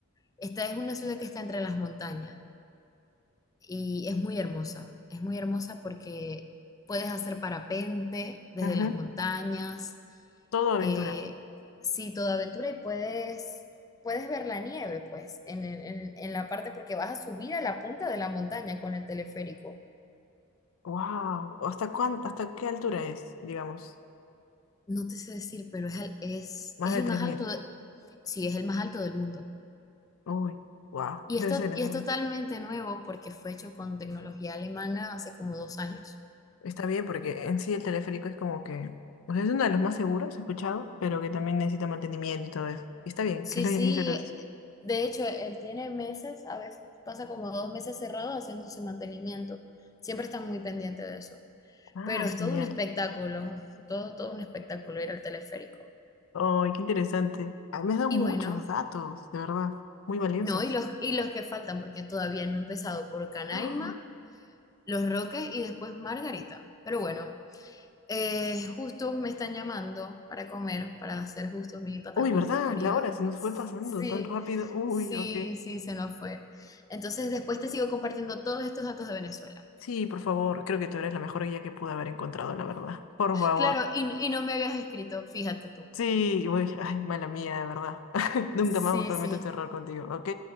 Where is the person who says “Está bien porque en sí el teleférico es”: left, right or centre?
Left